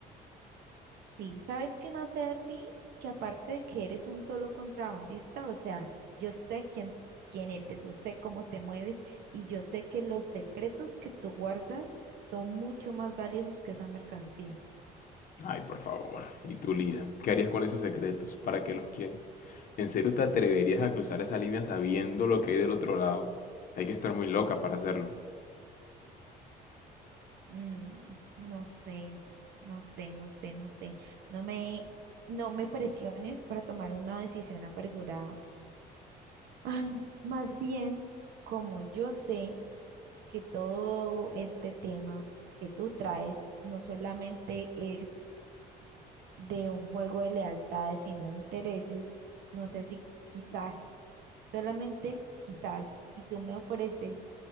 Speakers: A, on the right (about 70°); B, on the left (about 55°).
A: Sí, ¿sabes qué más sé de ti? Que aparte de que eres un solo contrabandista, o sea, yo sé quién, quién eres, yo sé cómo te mueves y yo sé que los secretos que tú guardas son mucho más valiosos que esa mercancía.
B: Ay, por favor. ¿Y tú, Lira? ¿Qué harías con esos secretos? ¿Para qué los quieres? ¿En serio te atreverías a cruzar esa línea sabiendo lo que hay del otro lado? Hay que estar muy loca para hacerlo.
A: Mm, no sé, no sé, no sé, no sé. No me, no me presiones para tomar una decisión apresurada. Ay, más bien, como yo sé que todo este tema que tú traes no solamente es de un juego de lealtades, sino de intereses, no sé si quizás, solamente quizás, si tú me ofreces